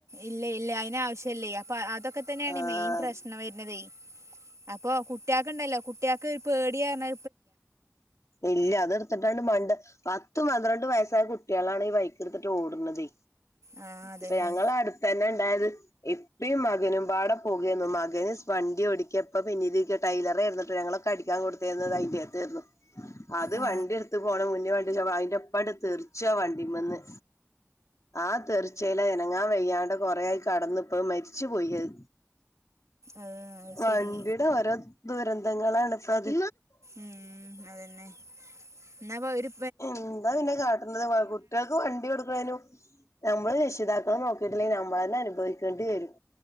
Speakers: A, on the right; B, on the left.
A: ഇല്ലയില്ല അയിനാവശ്യാല്ലേ അപ്പൊ അതൊക്കെതന്നെയാണ്
B: ആഹ്
A: മെയിൻ പ്രശ്നം വരുന്നതെ അപ്പൊ കുട്ടികക്കുണ്ടല്ലോ കുട്ടികക്ക് പേടി ടിയാണ്
B: ഇല്ല അതെടുത്തിട്ടാണ്‌ മണ്ട് പത്തുംപന്ത്രണ്ടുംവയസ്സായ കുട്ടി കളാണ് ഈ ബൈക്കെടുത്തിട്ട് ഓടുന്നതേ
A: ആ അതന്നെ
B: ഇപ്പ ഞങ്ങള് അടുത്തതന്നെ ഇണ്ടായത് ഇപ്പീം മകനും പാടെ പോകയെന്നും മകന് വണ്ടി ഓടിക്കിയപ്പം പിന്നെയിതിന്റെ ടൈലറേ ഇരുന്നിട്ട് ഞങ്ങളെ കടിക്കാ കൊടുത്തിതായി യെതേന്നും അത്
A: ആ
B: വണ്ടിഎടുത്ത് പോണം മുന്നേ വണ്ടിച്ചാ പായും ഇൻ്റപ്പാട് തെറിച്ചു ആ വണ്ടിമന്ന്. ആ.. തെറിച്ചയിൽ അനങ്ങാൻവയ്യാ ണ്ട് കൊറേ കടന്ന് പ്പം മരിച്ചുപോയി അത്.
A: അത്
B: വണ്ടിയുടെ
A: ശരി
B: ഓരോ ത ദുരന്തങ്ങളാണ് ഇപ്പതെ.
A: ഉം.. അതന്നെ എന്നാ പ്പ വ ഒര്
B: എന്താ പിന്നെ കാട്ടുന്നത് കുട്ടിയേൾക്ക് വണ്ടി കൊടുക്കണേനും നമ്മളു രക്ഷിതാക്കൾ നോക്കീട്ടില്ലെങ്കിൽ ഞമ്മളന്നെയനുഭവിക്കേണ്ടി വരും.